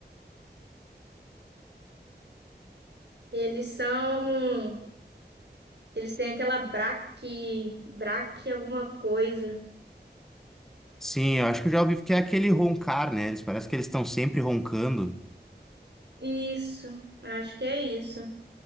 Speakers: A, on the right; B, in the centre.
A: Eles são, eles têm aquela braque, braque alguma coisa.
B: Sim, eu acho que eu já ouvi que é aquele roncar, né? Eles parece que eles estão sempre roncando.
A: Isso, acho que é isso.